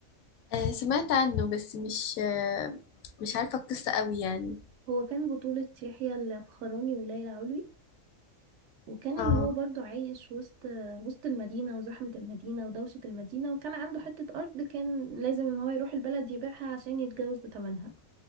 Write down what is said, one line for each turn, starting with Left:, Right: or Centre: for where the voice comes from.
Left: آه سمعت عنه بس مش آه مش عارفة القصة قوي يعني
Right: هو كان بطولة يحيى الفخراني وليلى علوي وكان
Left: اه
Right: ان هو برضو عايش وسط وسط المدينة وزحمة المدينة ودوشة المدينة وكان عنده حتة أرض كان لازم ان هو يروح البلد يبيعها عشان يتجوز بتمنها